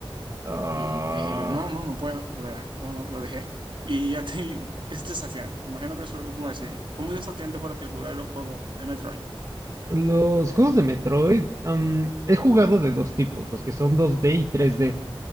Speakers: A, on the right; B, on the right.
A: Ah,
B: Y te dije yo, no, no, no puedo, de verdad, no, no, lo dejé. Y a ti es desafiante. Me imagino que eso es lo que tú me decías. ¿Cómo es desafiante para ti jugar los juegos de Metroid?
A: los juegos de Metroid, am, he jugado de dos tipos, los que son 2D y 3D.